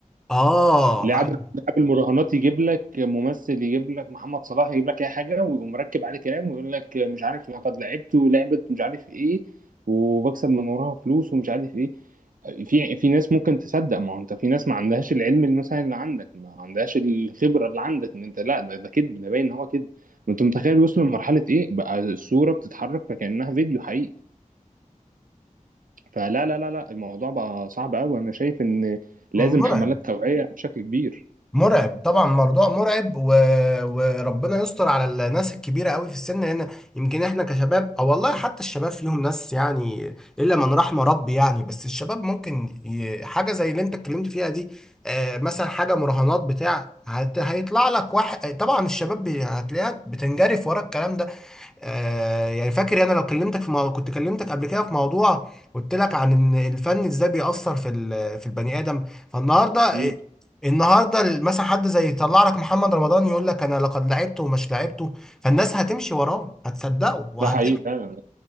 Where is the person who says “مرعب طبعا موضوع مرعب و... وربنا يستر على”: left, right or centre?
Centre